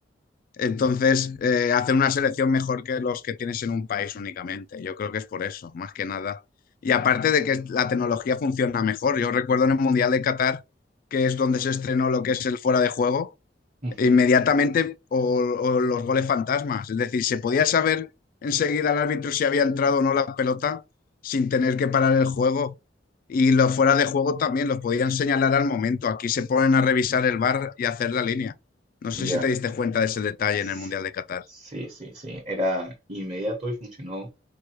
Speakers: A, on the left; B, on the right.
A: Entonces, eh, hacen una selección mejor que los que tienes en un país únicamente. Yo creo que es por eso, más que nada. Y aparte de que la tecnología funciona mejor. Yo recuerdo en el Mundial de Qatar, que es donde se estrenó lo que es el fuera de juego,
B: Ujú,
A: inmediatamente o, o los goles fantasmas. Es decir, se podía saber enseguida al árbitro si había entrado o no la pelota sin tener que parar el juego. Y los fuera de juego también los podían señalar al momento. Aquí se ponen a revisar el VAR y a hacer la línea. No sé
B: ya.
A: si te diste cuenta de ese detalle
B: S-
A: en el Mundial de Qatar.
B: Sí, sí, sí. Era inmediato y funcionó